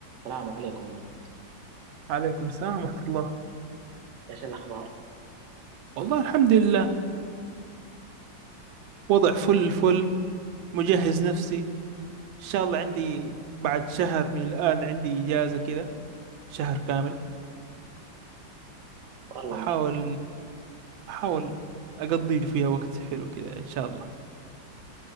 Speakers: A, on the right; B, on the right.
A: السلام عليكم مهند
B: عليكم السلام ورحمة الله
A: ايش الاخبار
B: والله الحمد لله وضع فل فل مجهز نفسي إن شاء الله عندي بعد شهر من الآن عندي إجازة كذا شهر كامل
A: والله
B: أحاول
A: مثل
B: أحاول أقضي فيها وقت حلو كذا إن شاء الله